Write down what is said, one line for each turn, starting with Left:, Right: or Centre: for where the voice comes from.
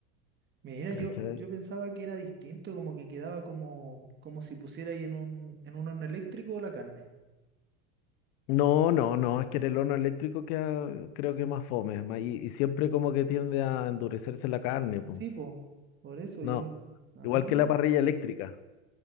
Right: Mira,
Left: ¿Cachai?
Right: yo, yo pensaba que era distinto, como que quedaba como, como si pusiera ahí en un, en un horno eléctrico la carne.
Left: No, no, no, es que en el horno eléctrico queda, creo que más fome, ma- y, y siempre como que tiende a endurecerse la carne, pues.
Right: Sí, po, por eso
Left: No,
Right: yo pensé. Ah,
Left: igual que la parrilla eléctrica.